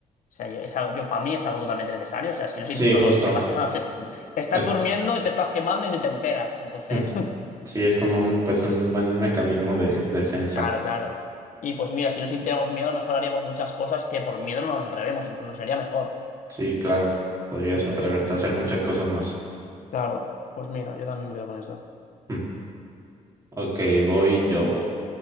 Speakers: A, on the left (about 70°); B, on the right (about 25°).
A: sea, yo, es algo, yo para mí es algo totalmente necesario. O sea, si no sientes
B: sí,
A: dolor,
B: justo.
A: te vas a. <laughs> o sea, te estás
B: Es,
A: durmiendo y te estás quemando y no te enteras. Entonces,
B: <laughs> sí, es como un, pues un buen mecanismo de, defensa.
A: <laughs> claro, claro. Y pues mira, si no sintiéramos miedo, a lo mejor haríamos muchas cosas que por miedo no nos atrevemos. Incluso sería mejor.
B: Sí, claro. Podrías
A: Sí
B: atreverte
A: que
B: a hacer
A: sí,
B: muchas
A: sí, sí.
B: cosas más.
A: Claro. Pues mira, yo también me quedo con eso.
B: Mm. Ok, voy yo.